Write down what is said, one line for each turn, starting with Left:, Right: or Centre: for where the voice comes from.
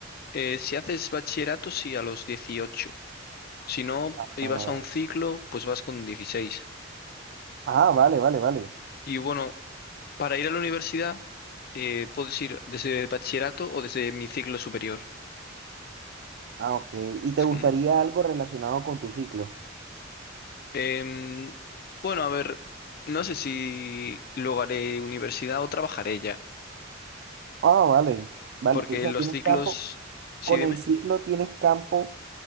Left: Eh, si haces bachillerato, sí, a los dieciocho Si no,
Right: Ah,
Left: ibas
Right: vale.
Left: a un ciclo, pues vas con dieciséis
Right: Ah, vale, vale, vale.
Left: Y bueno, para ir a la universidad, eh, puedes ir desde bachillerato o desde mi ciclo superior.
Right: Ah, ok. ¿Y te
Left: Es
Right: gustaría
Left: como,
Right: algo relacionado con tu ciclo?
Left: em, bueno, a ver, no sé si luego haré universidad o trabajaré ya.
Right: Ah, vale, vale.
Left: porque
Right: O sea,
Left: los
Right: tienes
Left: ciclos,
Right: campo,
Left: sí,
Right: con
Left: dime.
Right: el ciclo tienes campo